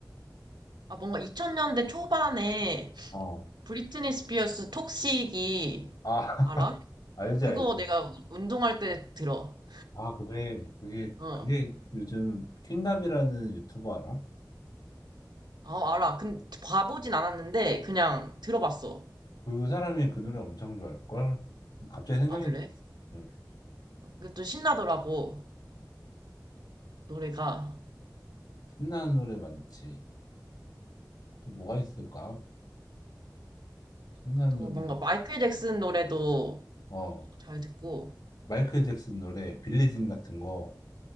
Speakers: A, on the right; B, on the left.
A: 아, 뭔가 2000년대 초반에
B: 어.
A: 브리트니 스피어스 톡식이,
B: 아, <laughs>
A: 알아?
B: 알지,
A: 그거
B: 알지.
A: 내가 운동할 때 들어.
B: 아, 그래. 그게,
A: 어,
B: 그게 요즘 킹갑이라는 유튜버 알아?
A: 어, 알아. 근 봐보진 않았는데, 그냥 들어봤어.
B: 그 사람이 그 노래 엄청 좋아할걸? 갑자기 생각이,
A: 아, 그래?
B: 응.
A: 그것도 신나더라고, 노래가.
B: 신나는 노래 많지. 또 뭐가 있을까? 신나는
A: 또
B: 노래,
A: 뭔가 마이클 잭슨 노래도
B: 어.
A: 잘 듣고,
B: 마이클 잭슨 노래, 빌리진 같은 거,